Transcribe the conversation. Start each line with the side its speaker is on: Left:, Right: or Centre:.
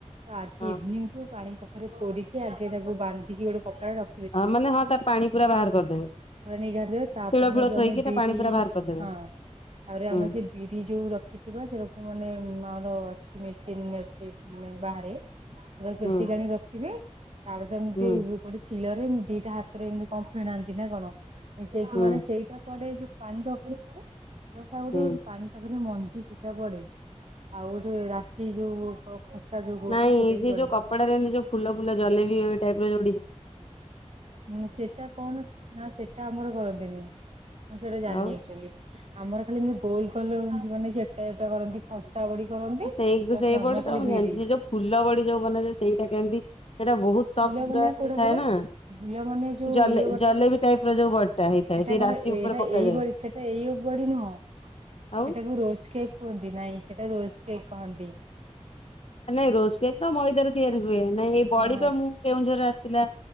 Right: ତ ଆଜି
Left: ହଁ
Right: ଇଭିନିଂ ପାଣି କଖାରୁ କୋରିକି ଆଗ ତାକୁ ବାନ୍ଧିକି ଗୋଟେ କପଡା ରେ ର
Left: ହଁ ମାନେ ହଁ ତ ପାଣି ପୁରା ବାହାର କରିଦେବେ।
Right: ନିଗାଡ଼ ଦେବେତାପ
Left: ଶିଳ
Right: ଦିନଯୋଉ
Left: ଫିଳ ଥୋଇକି
Right: ଆମେ ବିରି
Left: ତା ପାଣି ପୁରା ବାହାର କରିଦେବେ
Right: ହଁ ତାପରେ
Left: ହୁଁ
Right: ଆମର ସେ ବିରି ଯୋଉ ରଖିଥିବା ସେରକୁ ମାନେ ଆମର ଅଛି ମେସିନ ଅଛି ମାନେ ବାହାରେ ତାକୁ
Left: ହୁଁ
Right: ବେଶିକ ଆଣିକି ରଖିବେ ତାପରେ ଏମିତି
Left: ହୁଁ
Right: ଗୋଟେ ଶଳରେ ଦିଟା ହାତରେ ଏମିତି କଣ ଫେଣାନ୍ତି ନା କଣ ମିଶେଇକି
Left: ହୁଁ
Right: ମାନେ ସେଇଟା ପଡେ ଯୋଉ ପାଣି କଖାରୁ ପଡେ ସଟ୍ଟା ଗୋଟେ
Left: ହୁଁ।
Right: ପାଣି କମାରୁ ମଞ୍ଜି ସେଟା ପଡେ। ଆଉ ଗୋଟେ ରାଶି ଯୋଉ ଖସା ଯୋଉ କୋଉଟା
Left: ନାଇଁ
Right: ସେଇଟା ବି
Left: ସେ
Right: ପଡେ।
Left: ଯୋଉ କପଡାରେ ଏମିତି ଯୋଉ ଫୁଲ, ଫଲ ଜଲେବି ଟାଇପ ରୋ
Right: ହ ସେଟା କଣ ନା ସେଟା ଆମର କରନ୍ତିନି। ମୁଁ ସେଇଟା ଜାଣିନି
Left: ଆଉ
Right: ଆଚୁଆଲି ଆମର ଖାଲି ଏମିତି ଗୋଲ କଲ ମାନେ ଚେପଟା ଚେପଟା କରନ୍ତି। ଖସା ବଡି କରନ୍ତି ପ୍ଲସ
Left: ସେଇ ସେଇ
Right: ନର୍ମାଲ
Left: ବଡି ତ
Right: ଖାଲି
Left: ମୁଁ
Right: ବିରି।
Left: ଜାଣିଛି ସେ ଯୋଉ ଫୁଲ ବଡି ଯୋଉ ବନାଯାଏନା ସେଇଟା କେମିତି ସେଇଟା ବହୁତ ସଫ୍ଟ
Right: ଫୁଲ ମାନେ କୋଉଟା
Left: ଥାଏ
Right: କହିଲ
Left: ନା।
Right: ଫୁଲ ମାନେ ଯୋଉ
Left: ଜଲେ
Right: ଇଏ ବଟା
Left: ଜଲେବି ଟାଇପ ର ଯୋଉ ବଡିଟା ହେଇଥାଏ
Right: ସେଟା
Left: ସେଇ
Right: କଣ
Left: ରାଶି
Right: ଏଇଟା
Left: ଉପରେ ପକାଯାଏ
Right: ଏଇ ବଡି ସେଟା ଏଇଅ ବଢି ନୁହଁ
Left: ଆଉ
Right: ସେଟାକୁ ରୋଜକେ କୁହନ୍ତି ନାଇଁ ସେଟା ରୋଜ କେକ୍ କୁହନ୍ତି।
Left: ନାଇଁ ରୋଜ୍‌କେ ତ ମଇଦାରେ ତିଆରି ହୁଏ ନାଇଁ ଏଇ ବଡି
Right: ହଁ।
Left: ବା ମୁଁ କେଉଁ ଜୋରରେ ଆସିଥିଲା।